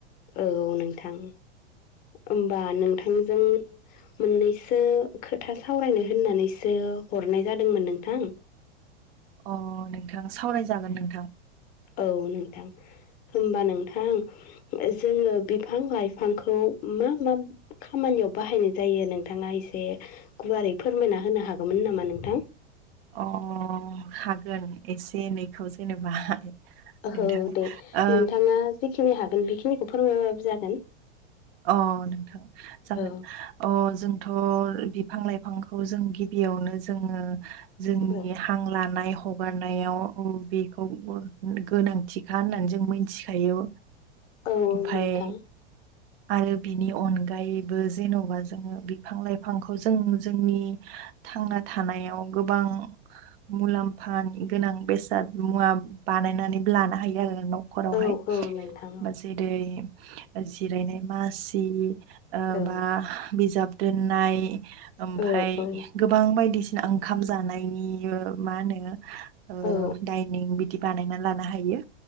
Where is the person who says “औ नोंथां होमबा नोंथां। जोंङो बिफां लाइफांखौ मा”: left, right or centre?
Left